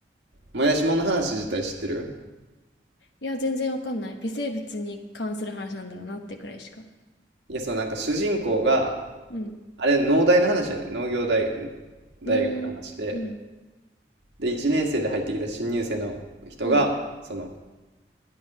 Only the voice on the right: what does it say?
もやしもんの話自体知ってる
いや、そう、なんか主人公が、
あれ、農大の話やね。農業大学、大学の話で。
で、1年生で入ってきた新入生の人が、
その、